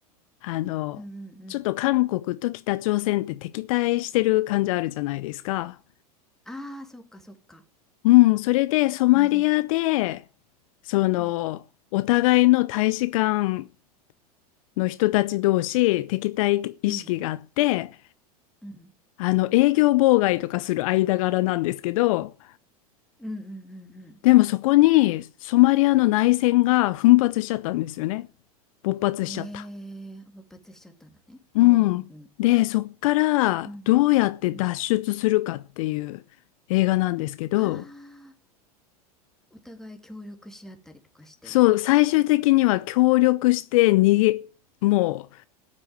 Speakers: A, on the left (about 60°); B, in the centre.
A: あの、
B: うんうんうんうん。
A: ちょっと韓国と北朝鮮って敵対してる感じあるじゃないですか。
B: ああー、そっかそっか。
A: うん、それでソマリアで、
B: うん
A: その、
B: うん
A: お互いの大使館の人たち同士敵対意識があって、
B: うんうん
A: あの営業妨害とかする間柄なんですけど、
B: うんうんうんうん
A: でもそこにソマリアの内戦が奮発しちゃったんですよね。勃発しちゃった。
B: うんへえ勃発しちゃったんだねうんうんうん
A: うん。で、そっからどうやって脱出するかっていう映画なんですけど、
B: うんうんああーお互い協力し合ったりとかして
A: そう、最終的には協力して逃げ、もう